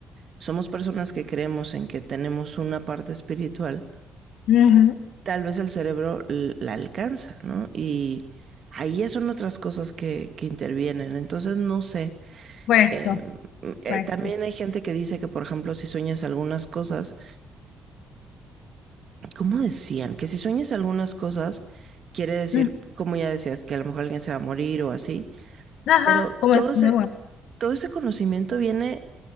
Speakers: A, on the right (about 55°); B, on the left (about 80°).
A: somos personas que creemos en que tenemos una parte espiritual,
B: ujú,
A: tal vez el cerebro la alcanza, ¿no? Y ahí ya son otras cosas que, que intervienen. Entonces, no sé.
B: puesto,
A: Eh, eh,
B: puesto.
A: también hay gente que dice que, por ejemplo, si sueñas algunas cosas, ¿cómo decían? Que si sueñas algunas cosas, quiere decir,
B: Mm,
A: como ya decías, que a lo mejor alguien se va a morir o así.
B: Ajá,
A: Pero
B: como
A: todo
B: es
A: ese,
B: muy bueno.
A: todo ese conocimiento viene